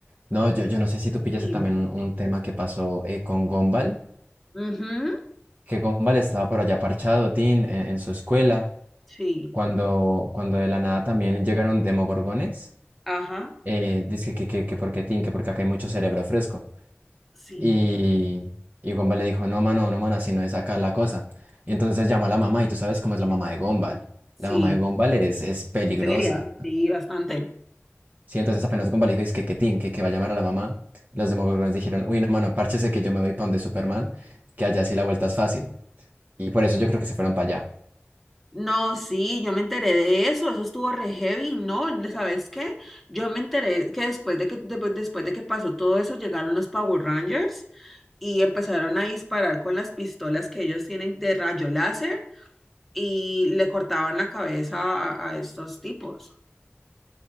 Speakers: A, on the right; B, in the centre.
A: No, yo, yo no sé si tú
B: Bien.
A: pillaste también un, un tema que pasó eh, con Gombal,
B: Ujú,
A: que Gombal estaba por allá parchado, Tin, en, en su escuela,
B: Sí.
A: cuando, cuando de la nada también llegaron demogorgones.
B: Ajá.
A: Eh, dice que, que, que porque Tin, que porque acá hay mucho cerebro fresco.
B: Sí.
A: Y, y Gombal le dijo, no, mano, no, mano, así no es acá la cosa. Y entonces llamó a la mamá, y tú sabes cómo es la mamá de Gombal.
B: Sí.
A: La mamá de Gombal es, es peligrosa.
B: Seria. Sí, bastante.
A: Sí, entonces apenas Gumball dijo, es que que tin, que, que va a llamar a la mamá, los Demogorgons dijeron, uy, no, mano, párchese que yo me voy para donde Superman, que allá sí la vuelta es fácil. Y por eso yo creo que se fueron para allá.
B: No, sí, yo me enteré de eso. Eso estuvo re heavy. No, ¿sabes qué? Yo me enteré que después de que de- pues, después de que pasó todo eso, llegaron los Power Rangers y empezaron a disparar con las pistolas que ellos tienen de rayo láser y le cortaban la cabeza a, a estos tipos.